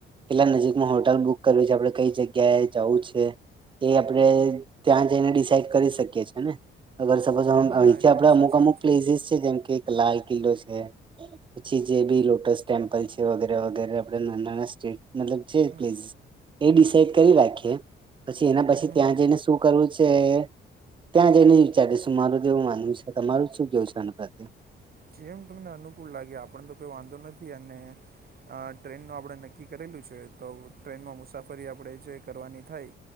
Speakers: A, on the right; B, on the right.
A: કેટલા નજીકમાં હોટલ બુક આપડે કઈ જગ્યાએ જવું છે એ આપણે ત્યાં જઈને ડિસાઈડ કરી શકીએ <inaudible> ને અરપ <inaudible>
B: ના
A: અહીંથી
B: એ પણ
A: આપડે અમુક
B: સાચી
A: અમુક
B: વાત
A: પ્લેસીસ છે જેમ કે લાલ કિલ્લો છે પછી જે બી લોટશ, ટેમ્પલ છે વગેરે વગેરે આપડ ના નાના સ્ટેટ મતલબ છે
B: હમ
A: પ્લેસીસ એ ડિસાઇડ કરી રાખીએ પછી એના પછી
B: હમ
A: ત્યાં
B: હમ
A: જઈને શું કરવું છે ત્યાં જઈને વિચારીશું, અમારું જેવું માનવું તમારું શું કેવું છે આનું પ્રત્યે
B: જેમ તમને અનુકૂળ લાગે આપને તો કોઈ વાંધો નથી અને, અ ટ્રેનનું આપણે નક્કી કરેલું છે તો ટ્રેનમાં મુસાફરી આપણે જે કરવાની થાય,